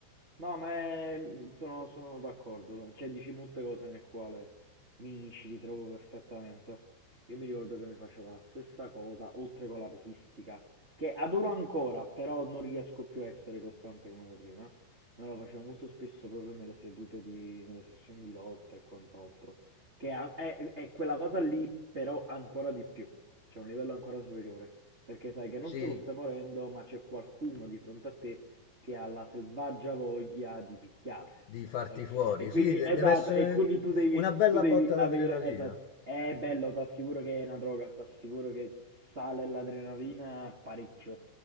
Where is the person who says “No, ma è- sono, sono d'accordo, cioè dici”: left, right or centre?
Right